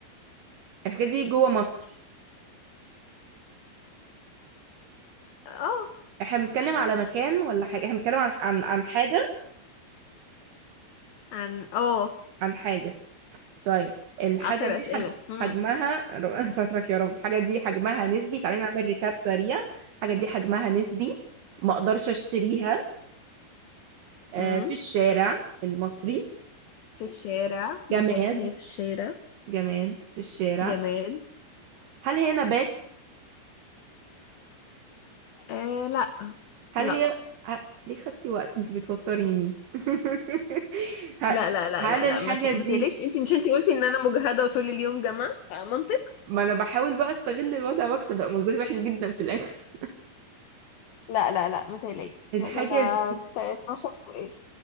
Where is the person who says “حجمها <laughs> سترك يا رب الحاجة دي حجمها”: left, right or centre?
Right